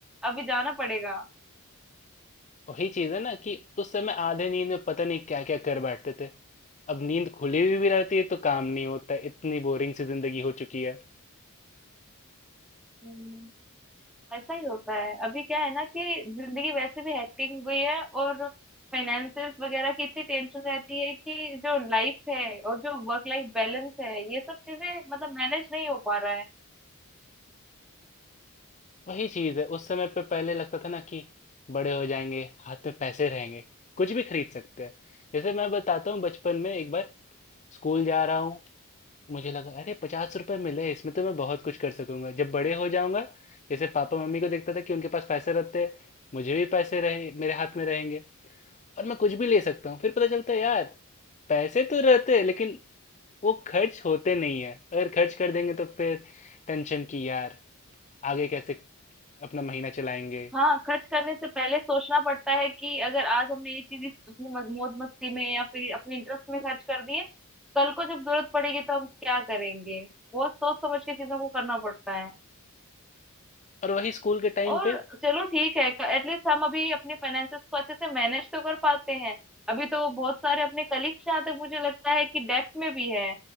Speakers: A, in the centre; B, on the left (about 35°).
A: अभी जाना पड़ेगा
B: वही चीज है ना कि उस समय आधे नींद में पता नहीं क्या क्या कर बैठते थे अब नींद खुली हुई भी भी रहती है तो काम नहीं होता है इतनी बोरिंग सी जिंदगी हो चुकी है
A: हम्म, ऐसा ही होता है अभी क्या है ना कि जिंदगी वैसे भी हेक्टिक हो गई है और फाइनेंसेस वगैरह की इतनी टेंशन रहती है कि जो लाइफ है और जो वर्क लाइफ बैलेंस है ये सब चीजें मतलब मैनेज नहीं हो पा रहा है
B: वही चीज है उस समय पे पहले लगता था ना कि बड़े हो जाएंगे हाथ में पैसे रहेंगे कुछ भी खरीद सकते हैं जैसे मैं बताता हूँ बचपन में एक बार स्कूल जा रहा हूँ मुझे लगा अरे पचास रुपए मिले इसमें तो मैं बहुत कुछ कर सकूंगा जब बड़े हो जाऊंगा जैसे पापा मम्मी को देखता था कि उनके पास पैसे रहते हैं मुझे भी पैसे रहे मेरे हाथ में रहेंगे और मैं कुछ भी ले सकता हूँ फिर पता चलता है यार पैसे तो रहते हैं लेकिन वो खर्च होते नहीं है अगर खर्च कर देंगे तो फिर टेंशन की यार आगे कैसे अपना महीना चलाएंगे
A: हाँ खर्च करने से पहले सोचना पड़ता है कि अगर आज हमने ये चीज अपनी मज- मौज मस्ती में या फिर अपने इंटरेस्ट में खर्च कर दिए कल को जब जरूरत पड़ेगी तो हम क्या करेंगे बहुत सोच समझ के चीजों को करना पड़ता है
B: और वही स्कूल के टाइम
A: और
B: पे
A: चलो ठीक है एटलीस्ट हम अभी अपने फाइनेंसेस को अच्छे से मैनेज तो कर पाते हैं अभी तो बहुत सारे अपने कलीग्स जहाँ तक मुझे लगता है कि डेब्ट में भी है